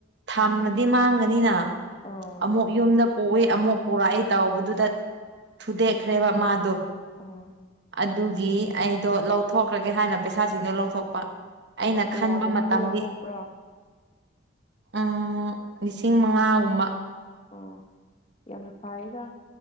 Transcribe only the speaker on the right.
ꯊꯝꯅꯗꯤ ꯃꯥꯡꯒꯅꯤꯅ
ꯑꯃꯨꯛ ꯌꯨꯝꯗ ꯎꯏ ꯑꯃꯨꯛ ꯄꯨꯔꯛꯏ ꯇꯥꯎꯕꯗꯨꯗ ꯊꯨꯗꯦꯛꯈ꯭ꯔꯦꯕ ꯃꯥꯗꯣ
ꯑꯗꯨꯒꯤ ꯑꯩꯗꯣ ꯂꯧꯊꯣꯛꯈ꯭ꯔꯒꯦ ꯍꯥꯏꯅ ꯄꯩꯁꯥꯁꯤꯡꯗꯣ ꯂꯧꯊꯣꯛꯄ ꯑꯩꯅ
ꯈꯟꯕ ꯃꯇꯝꯗꯤ
ꯎꯝ ꯂꯤꯁꯤꯡ ꯃꯉꯥꯒꯨꯝꯕ